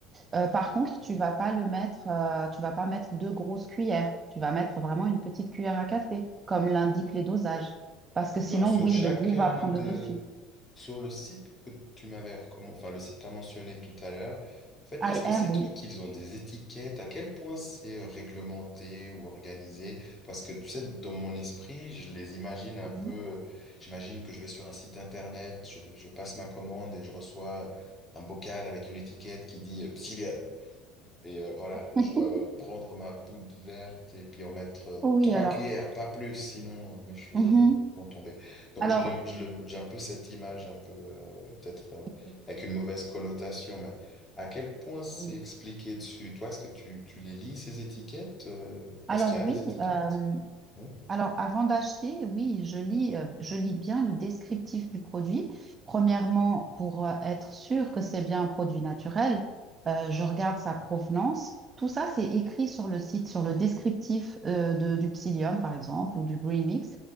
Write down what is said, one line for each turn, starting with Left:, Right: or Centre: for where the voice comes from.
Right: euh, par contre, tu vas pas le mettre, euh, tu vas pas mettre deux grosses cuillères. Tu vas mettre vraiment une petite cuillère à café, comme l'indiquent les dosages. Parce que sinon,
Left: Donc, sur
Right: oui,
Left: chacun
Right: le goût va prendre
Left: de...
Right: le dessus.
Left: Sur le site que tu m'avais recommandé, enfin, le site que tu as mentionné tout à l'heure, en fait,
Right: Ail
Left: est-ce que
Right: herbe,
Left: ces trucs,
Right: oui.
Left: ils ont des étiquettes? À quel point c'est euh, réglementé ou organisé? Parce que, tu sais, dans mon esprit, je les imagine un
Right: Mhm.
Left: peu... J'imagine que je vais sur un site internet, je, je passe ma commande et je reçois un bocal avec une étiquette qui dit euh, et euh, voilà, je
Right: <laughs>
Left: dois euh, prendre ma poudre verte et puis en mettre euh,
Right: Oui,
Left: trois
Right: alors.
Left: cuillères, pas plus, sinon euh, mes cheveux
Right: Mhm.
Left: vont tomber. Donc
Right: Alors,
Left: je le, je le, j'ai un peu cette image, un peu euh, peut-être euh,
Right: Oui.
Left: avec une mauvaise connotation, mais à quel point c'est
Right: oui.
Left: expliqué dessus? Toi, est-ce que tu, tu les lis, ces étiquettes? euh Est-ce
Right: Alors
Left: qu'il y a
Right: oui,
Left: des étiquettes?
Right: euh,
Left: Non
Right: alors avant d'acheter, oui, je lis, euh, je lis bien le descriptif du produit. Premièrement, pour euh, être sûr que c'est bien un produit naturel, euh, je regarde sa provenance. Tout ça, c'est écrit sur le site, sur le descriptif euh, de- du Psyllium, par exemple, ou du Green Mix.